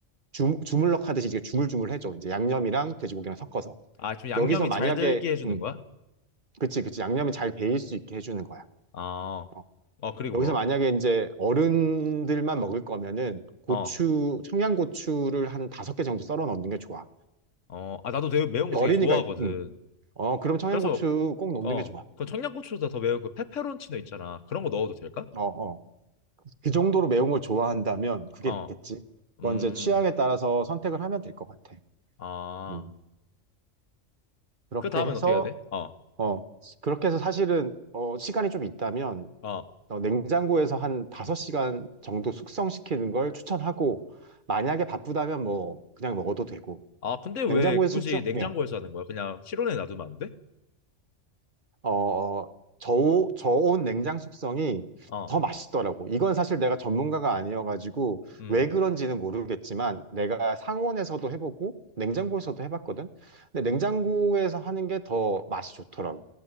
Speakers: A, on the right; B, on the left.
A: 주, 주물럭 하듯이 이제 주물주물 해줘. 이제 양념이랑 돼지고기랑 섞어서.
B: 아, 좀 양념이
A: 여기서 만약에
B: 잘 들게 해주는
A: 음,
B: 거야?
A: 그치 그치 양념이 잘 배일 수 있게 해주는 거야.
B: 아,
A: 어.
B: 어, 그리고
A: 여기서
B: 뭐?
A: 만약에 이제 어른들만 먹을 거면은 고추
B: 어,
A: 청양고추를 한 다섯 개 정도 썰어 넣는 게 좋아.
B: 어, 아, 나도 되게 매운 거
A: 어린이가
B: 되게 좋아하거든.
A: 음. 어 그럼 청양고추
B: 그래서,
A: 꼭 넣는
B: 어,
A: 게 좋아.
B: 그 청양고추보다 더 매운 그 페페론치노 있잖아. 그런 거 넣어도 될까?
A: 어 어. 그 정도로 매운 걸 좋아한다면 그게
B: 어,
A: 낫겠지. 그건
B: 음,
A: 이제 취향에 따라서 선택을 하면 될 것 같아.
B: 아,
A: 음. 그렇게
B: 그 다음엔
A: 해서,
B: 어떻게 해야 돼? 어,
A: 어, 그렇게 해서 사실은, 어, 시간이 좀 있다면,
B: 어,
A: 어, 냉장고에서 한 5시간 정도 숙성시키는 걸 추천하고, 만약에 바쁘다면 뭐, 그냥 먹어도 되고,
B: 아, 근데 왜
A: 냉장고에
B: 굳이
A: 숙성,
B: 냉장고에서
A: 예,
B: 하는 거야? 그냥 실온에 놔두면 안 돼?
A: 어, 저온, 저온 냉장 숙성이
B: 어,
A: 더 맛있더라고. 이건 사실 내가 전문가가 아니어가지고
B: 음,
A: 왜 그런지는 모르겠지만 내가 상온에서도 해보고 냉장고에서도 해봤거든. 근데 냉장고에서 하는 게 더 맛이 좋더라고.